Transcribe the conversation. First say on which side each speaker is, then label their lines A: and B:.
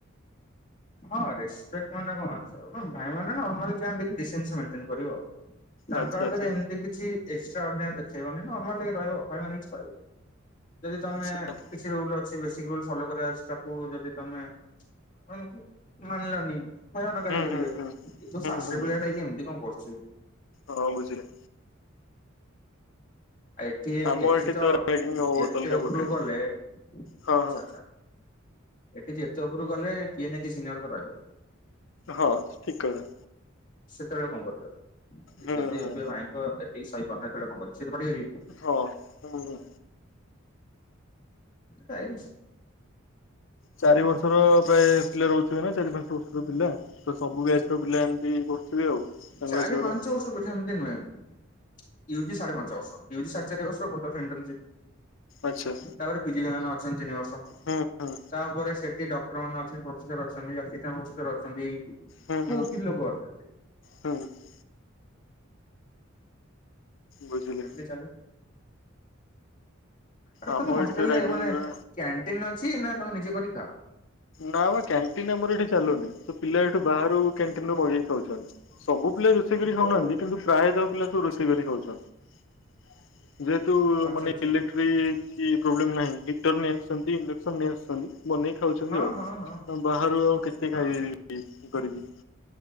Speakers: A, on the left; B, on the left.
A: ହଁ ରେସ୍‌ ରେସପେକ୍ଟ ମାନେ କଣ ହଁ ଭାଇମାନେ ନର୍ମାଲି ଚେନ୍ ‌ଦେଇକି ଡିସେନ୍ସ ମେଣ୍ଟେନ କରିବ। ତାଙ୍କ
B: ଆଚ୍ଛା
A: ଆଗରେ
B: ଆଚ୍ଛା।
A: ଏମିତି କିଛି ଏକ୍ସଟ୍ରା ଅର୍ଡିନରୀ ଦେଖେଇବନି ନର୍ମାଲ ହେଇ ରହିବ ଭାଇମାନେ କିଛି କହିବେନି। ଯଦି ତମେ
B: ଆଚ୍ଛା
A: କିଛି ରୁଲ୍ ଅଛି ବେସିକ ରୁଲ୍ ଫଲୋ କରିବାର ଅଛି ତାକୁ ଯଦି ତମେ କୁ ମାନିଲନି ଭାଇମାନେ ଗାଳି
B: ହୁଁ
A: କରିବେ
B: ହୁଁ ହୁଁ
A: କି ତୁ ଫାର୍ଷ୍ଟ
B: ହୁଁ ହୁଁ
A: ଇୟର୍ ପିଲାଟା ହେଇକି ଏମିତି କଣ କରୁଛୁ।
B: ହଁ ବୁଝିଲେ।
A: ଆ ଏଠି
B: ଆମ
A: ଏଠି ତ
B: ରାଗିଙ୍ଗ ବହୁତ
A: ଯେତେ
B: ଅଲଗା
A: ଉପରକୁ
B: ପ୍ରକାର
A: ଗଲେ ଆଚ୍ଛା
B: ହଁ ହଁ
A: ଆଚ୍ଛା। ଏଠି ଯେତେ ଉପରୁ ଗଲେ କିଏ ନା କିଏ ସିନିୟର ତ ରହିବ।
B: ହଁ ଠିକ୍ କଥା।
A: ସେତେବେଳେ କଣ କରିବ।
B: ହୁଁ
A: ଯଦି
B: ହୁଁ
A: ଏବେ ଭାଇଙ୍କ ଏତିକି ସହିପାରୁନ ସେତେବେଳେ କଣ କରିବ। ସିଏ ତ ପାଟି କରିବେ।
B: ହଁ ହୁଁ ହୁଁ।
A: କାଇ କିଛି
B: ଚାରି ବର୍ଷର ପ୍ରାୟ ପିଲା ରହୁଥିବେ ନା ଚାରି ପାଞ୍ଚ ବର୍ଷର ପିଲା। ତ ସବୁ ବ୍ୟାଚର ପିଲା ଏମିତି କରୁଥିବେ ଆଉ। ତାଙ୍କ
A: ଚାରି
B: ହିସାବରେ
A: ପାଞ୍ଚ
B: ଆଉ
A: ବ <unintelligible> ସେମିତି ନୁହେଁ। ଇଏ ହଉଛି ସାଢେ ପାଞ୍ଚ ବର୍ଷ ଇଏ ହେଉଛି ସାଢେ ଚାରି ବର୍ଷ। ଗୋଟେ ବର୍ଷ ଇନଟନସିପ
B: ଆଚ୍ଛା।
A: ତାପରେ ପିଜି ଭାଇ ମାନେ ଅଛନ୍ତି ତିନିିବର୍ଷ।
B: ହୁଁ ହୁଁ
A: ତାପରେ ସେଠି ଡକ୍ଟର ମାନେଅଛନ୍ତି ପ୍ରଫେସର ଅଛନ୍ତି ଆସିଷ୍ଟାନଡ ପ୍ରଫେସର ଅଛନ୍ତି।
B: ହୁଁ
A: ବହୁତ
B: ହୁଁ
A: କିଛି ଲୋକ ଅଛନ୍ତି।
B: ହୁଁ ହୁଁ ବୁଝିଲି
A: ଏମତି ଚାଲେ ଆରେ
B: ଆମ
A: ତମ ହଷ୍ଟେଲରେ
B: ଏଠି ତ ରାଗିଙ୍ଗ
A: ମାନେ
B: ପୁରା
A: କ୍ୟାଣ୍ଟିନ ଅଛି ନା ତମେ ନିଜେ କରିକି ଖାଅ?
B: ନା ବା କ୍ୟାଣ୍ଟିନ ଆମର ଏଠି ଚାଲୁନି ତ ପିଲା ଏଠୁ ବାହାରୁ କ୍ୟାଣ୍ଟିନ ରୁ ମଗେଇ ଖାଉଛନ୍ତି। ସବୁ ପିଲା ରୋଷେଇ କରି ଖାଉନାହାନ୍ତି।
A: ଓ।
B: କିନ୍ତୁ ପ୍ରାୟତଃ ପିଲା ସବୁ ରୋଷେଇ କରି ଖାଉଛନ୍ତି। ଯେହେତୁ
A: ଆଚ୍ଛା
B: ମାନେ
A: ଆଚ୍ଛା
B: ଇଲେକ୍ଟ୍ରି କି ପ୍ରୋବ୍ଲେମ ନାହିଁ ହିଟର ନେଇ ଆସୁଛନ୍ତି ଇଣ୍ଡକ୍ସନ ନେଇ ଆସୁଛନ୍ତି। ବନେଇ ଖାଉଛନ୍ତି
A: ହଁ
B: ଆଉ।
A: ହଁ ହଁ
B: ବାହାରୁ ଆଉ କେତେ
A: ହଁ
B: ପାଇବି ଇଏ କରିକି।